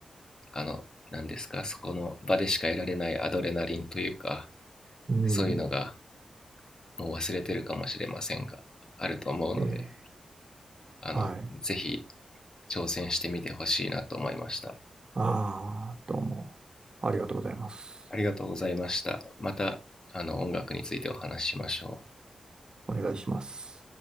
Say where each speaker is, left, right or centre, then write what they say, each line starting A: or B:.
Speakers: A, on the left; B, on the right.
A: あの何ですかそこの場でしか得られないアドレナリンというか
B: うん。
A: そういうのがもう忘れてるかもしれませんがあると思うので
B: ええ、
A: あのぜひ
B: はい。
A: 挑戦してみてほしいなと思いました
B: ああ、どうも。ありがとうございます。
A: ありがとうございましたまたあの音楽についてお話ししましょう
B: お願いします。